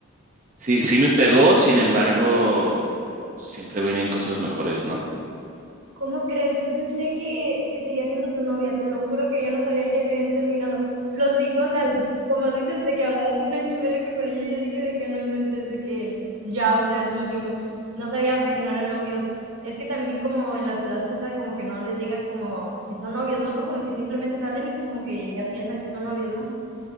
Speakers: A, on the right (about 35°); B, on the right (about 70°).
A: Sí, sí me pegó, sin embargo, siempre vienen cosas mejores, ¿no?
B: cómo crees? Yo pensé que, que seguía siendo tu novia, te lo juro que yo no sabía que habían terminado. Los vi, o sea, como dices, de que hablabas un año y medio con ella, yo dije de que no inventes, de que ya, o sea, ni yo, no sabía, o sea, que no eran novios. Es que también como en la ciudad se usa como que no les digan como si son novios, ¿no? Como que simplemente salen y como que ya piensan que son novios, ¿no?